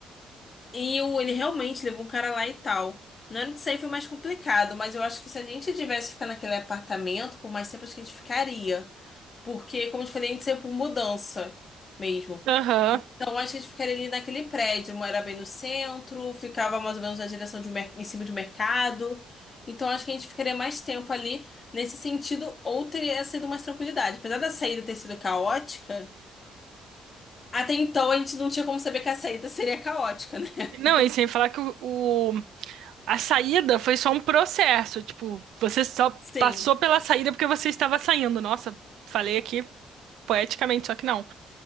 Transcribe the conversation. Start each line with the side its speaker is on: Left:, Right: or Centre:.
Left: E o, ele realmente levou o cara lá e tal. Na hora de sair foi mais complicado, mas eu acho que se a gente tivesse ficado naquele apartamento, por mais tempo acho que a gente ficaria. Porque, como eu te falei, a gente saiu por mudança mesmo.
Right: Aham.
Left: Então acho que a gente ficaria ali naquele prédio, morava bem no centro, ficava mais ou menos na direção de um mer- em cima de um mercado. Então acho que a gente ficaria mais tempo ali nesse sentido, ou teria sido mais tranquilidade. Apesar da saída ter sido caótica, até então a gente não tinha como saber que a saída seria caótica, né? <laughs>
Right: Não, e sem falar que o, o A saída foi só um processo, tipo, você só
Left: Sim,
Right: passou pela saída porque você estava saindo. Nossa, falei aqui poeticamente, só que não.